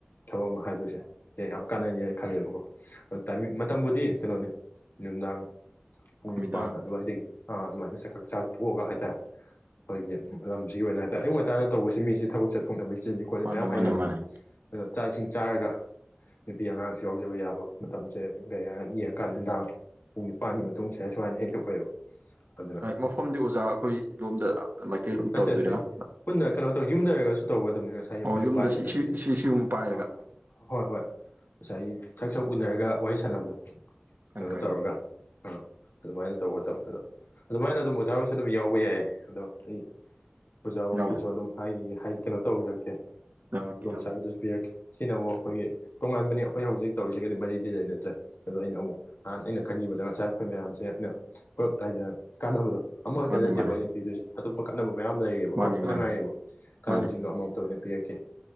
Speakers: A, on the left (about 60°); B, on the right (about 55°).
A: ꯊꯕꯛ ꯑꯃ ꯍꯥꯏꯗꯣꯏꯁꯦ꯫ ꯌꯦ ꯌꯥꯝ ꯀꯥꯟꯅꯅꯤ ꯍꯥꯏꯅ ꯈꯜꯂꯦꯕꯀꯣ ꯑ ꯇꯥꯏꯃꯤꯡ ꯃꯇꯝꯕꯨꯗꯤ ꯀꯩꯅꯣꯅꯦ ꯅꯨꯡꯗꯥꯡ ꯄꯨꯡ
B: ꯅꯨꯃꯤꯗꯥꯡ
A: ꯅꯤꯄꯥꯟ ꯑꯗꯨꯋꯥꯏꯗꯒꯤ ꯑꯥ ꯑꯗꯨꯃꯥꯏꯅ ꯆꯥꯛꯀ ꯆꯥꯛ ꯇꯣꯛꯑꯒ ꯍꯥꯏꯇꯥꯔꯦ꯫ ꯑꯩꯈꯣꯏꯒꯤ ꯂꯝꯁꯤꯒꯤ ꯑꯣꯏꯅ ꯍꯥꯏꯇꯥꯔꯦ ꯑꯌꯨꯛ ꯉꯟꯇꯥꯗ ꯇꯧꯕꯁꯤ ꯃꯤꯁꯦ ꯊꯕꯛ ꯆꯠꯊꯣꯛꯅꯕꯩ ꯆꯤꯟꯂꯤ ꯈꯣꯠꯂꯤ
B: ꯃꯥꯅꯤ
A: ꯃꯌꯥꯝ
B: ꯃꯥꯅꯤ
A: ꯍꯥꯏꯅꯕ
B: ꯃꯥꯅꯤ
A: ꯑꯗꯨꯗ ꯆꯥꯛ ꯏꯁꯤꯡ ꯆꯥꯔꯒ꯫ ꯅꯨꯄꯤ ꯑꯉꯥꯡꯁꯨ ꯌꯥꯎꯖꯕ ꯌꯥꯕ ꯃꯇꯝꯁꯦ ꯀꯩ ꯍꯥꯏ ꯌꯦꯡꯉꯀꯥꯟ ꯅꯨꯡꯗꯥꯡ꯫ ꯄꯨꯡ ꯅꯤꯄꯥꯟꯒꯤ ꯃꯇꯨꯡ ꯁꯗ ꯁꯨꯃꯥꯏꯅ ꯍꯦꯛꯇ ꯑꯣꯏꯕ ꯑꯗꯨꯅ
B: ꯍꯣꯏ ꯃꯐꯝꯗꯤ ꯑꯣꯖꯥ ꯑꯩꯈꯣꯏ ꯂꯣꯝꯗ ꯃꯥꯏꯀꯩ ꯂꯣꯝ
A: ꯅꯠꯇꯦ
B: ꯇꯧꯗꯣꯏꯔꯥ
A: ꯅꯠꯇꯦ ꯄꯨꯟꯅ ꯀꯩꯅꯣ ꯇꯧ ꯌꯨꯝꯗ ꯂꯩꯔꯒꯁꯨ ꯇꯧꯒꯗꯕꯅꯤ ꯉꯁꯥꯏꯒꯤ
B: ꯑꯣ
A: ꯑꯩꯈꯣꯏꯅ
B: ꯌꯨꯝꯗ
A: ꯄꯥꯏꯔꯤꯕ
B: ꯁꯤ ꯁꯤ
A: ꯀꯩꯅꯣꯁꯤꯗ
B: ꯁꯤ ꯁꯤꯒꯨꯝꯕ ꯄꯥꯏꯔꯒ
A: ꯑ ꯍꯣꯏ ꯍꯣꯏ ꯉꯁꯥꯏꯒꯤ ꯁꯛ ꯁꯛ ꯎꯅꯔꯒ ꯋꯥꯔꯤ ꯁꯥꯟꯅꯕꯗꯣ
B: ꯈꯪꯉꯦ
A: ꯀꯩꯅꯣ
B: ꯈꯪꯉꯦ
A: ꯇꯧꯔꯒ ꯑꯥ ꯑꯗꯨꯃꯥꯏꯅ ꯇꯧꯕꯒꯗꯕ ꯑꯗꯣ ꯑꯗꯨꯃꯥꯏꯅ ꯑꯗꯨꯝ ꯑꯣꯖꯥ ꯍꯣꯏꯁꯦ ꯑꯗꯨꯝ ꯌꯥꯎꯕ ꯌꯥꯏ ꯑꯗꯣ ꯑꯩ ꯑꯣꯖꯥ ꯍꯣꯏꯒꯤꯁꯨ
B: ꯌꯥꯎꯔꯤ
A: ꯑꯗꯨꯝ ꯍꯥꯏꯈꯤ ꯀꯩꯅꯣ ꯇꯧꯖꯔꯛꯀꯦ
B: ꯌꯥꯎꯔꯛꯀꯦ
A: ꯈꯨꯗꯣꯡꯆꯥꯥꯕꯗꯨꯁꯨ
B: ꯌꯥꯎꯔꯛꯀꯦ
A: ꯄꯤꯔꯛꯀꯦ ꯁꯤꯅ ꯑꯃꯨꯛ ꯑꯩꯈꯣꯏꯒꯤ ꯇꯣꯉꯥꯟꯕꯅꯤ ꯑꯩꯈꯣꯏ ꯍꯧꯖꯤꯛ ꯇꯧꯔꯤꯁꯤ ꯒꯗꯤ ꯃꯔꯤꯗꯤ ꯂꯩꯅꯗ꯭ꯔꯦ ꯑꯗꯣ ꯑꯩꯅ ꯑꯃꯨꯛ ꯅꯍꯥꯟ ꯑꯩꯅ ꯈꯪꯉꯕꯗ ꯉꯁꯥꯏ ꯑꯩꯈꯣꯏ ꯃꯌꯥꯝꯁꯦ ꯑꯩꯅ ꯄꯨꯂꯞ ꯍꯥꯏꯗꯤ ꯀꯥꯟꯅꯕꯗꯣ ꯑꯃꯈꯛꯇ
B: ꯃꯥꯅꯤ
A: ꯅꯠꯇꯦꯕ
B: ꯃꯥꯅꯤ
A: ꯑꯩꯅ ꯄꯤꯗꯣꯏꯁꯦ꯫ ꯑꯇꯣꯞꯄ ꯀꯥꯟꯅꯕ ꯃꯌꯥꯝ ꯂꯩꯌꯦꯕ
B: ꯃꯥꯅꯤ
A: ꯍꯧꯔꯛꯄꯗ
B: ꯃꯥꯅꯤ
A: ꯉꯥꯏꯌꯦꯕ ꯀꯥꯟꯅꯕꯁꯤꯡꯗꯣ
B: ꯃꯥꯅꯤ
A: ꯑꯃꯃꯝꯇ ꯑꯣꯏꯅ ꯄꯤꯔꯛꯀꯦ꯫